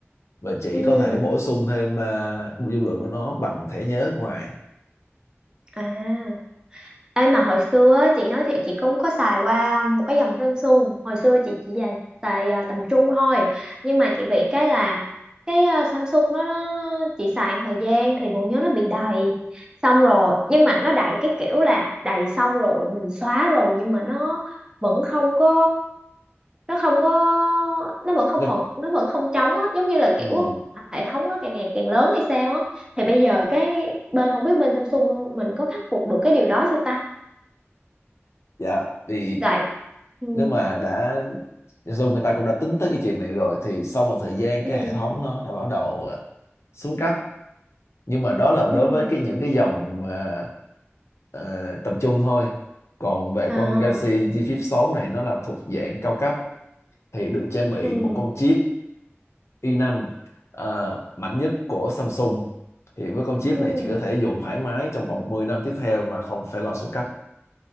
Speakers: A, on the left; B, on the right.
A: và chỉ
B: ừ
A: có thể bổ sung thêm à, dung lượng của nó bằng thẻ nhớ ngoài
B: à Ê mà hồi xưa á, chị nói thiệt chị cũng có xài qua một cái dòng Samsung Hồi xưa chị chỉ xài, xài à, tầm trung thôi Nhưng mà chị bị cái là cái à, Samsung đó nó chị xài một thời gian thì bộ nhớ nó bị đầy Xong rồi nhưng mà nó đầy cái kiểu là đầy xong rồi mình xóa rồi nhưng mà nó vẫn không có nó không có nó vẫn không
A: Nếu-
B: còn nó vẫn không trống á giống như là
A: ừm,
B: kiểu hệ thống nó càng ngày càng lớn hay sao á thì bây giờ cái bên không biết bên Samsung mình có khắc phục được cái điều đó chưa ta
A: dạ vì
B: dạ, Ừ.
A: nếu mà đã dùng người ta cũng đã tính tới cái chuyện này rồi thì sau một thời gian
B: Ừ.
A: cái hệ thống nó đã bắt đầu à, xuống cấp nhưng mà đó là
B: Ừ.
A: đối với cái những cái dòng à, ờ, tập trung thôi còn về
B: À.
A: con Galaxy G Flip 6 này nó là thuộc dạng cao cấp thì được trang bị
B: Ừ.
A: một con chip i năm ờ, mạnh nhất của Samsung thì với con chip
B: Ừ.
A: này chị có thể dùng thoải mái trong vòng 10 năm tiếp theo mà không phải lo xuống cấp